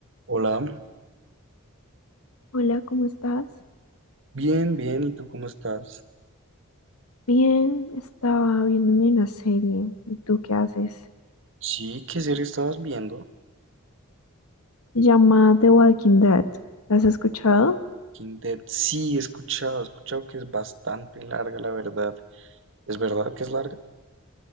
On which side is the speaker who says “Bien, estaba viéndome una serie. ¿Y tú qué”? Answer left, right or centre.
Left